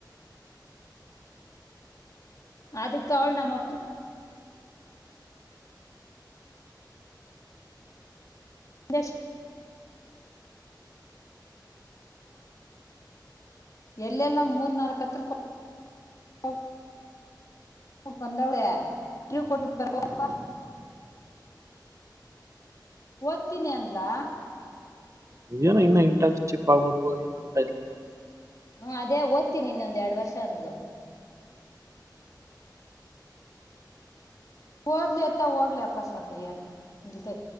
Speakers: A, on the left; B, on the right.
A: ಅದಕ ಅವಳ್ ನಮ್ಮ ಅಪ್ಪ್, ದಶ <inaudible> ಹ್ಒಎಲ್ಲೆಲ್ಲಾ ಮೂರ್ ನಾಲ್ಕ ಹತ್ರ ಕೊ ಕೋ <inaudible> -ಹೋಗು ಬಂದವಳೇ, ಕೀ ಕೊಟ್ಟು -ಬಿಟ್ಟು ಬಾರೋಗ ಪ್ಪಾ, ಒದ್ತಿನಿ ಒಂದಲ್ಲಾ!
B: -ಏನ ಇನ್ನು ಇಂಟರ್ನ್ಶಿಪ್ ಆಗ್ಬೇಕು ಏನ ಅಂತಾಇದ್ಲ್.
A: ಹಾ, ಅದೇ ಓದ್ತೀನಿ ಇನ್ನೊಂದ್ ಎರಡ್ ವರ್ಷ ಅಂದ್ಲು ಓದ್ಲಿ ಅತ್ತ ಹೋಗ್ಲಿ ಅಪ್ಪ ಸ್ವಾಮಿ ಏನು, ಇಲ್ತಗ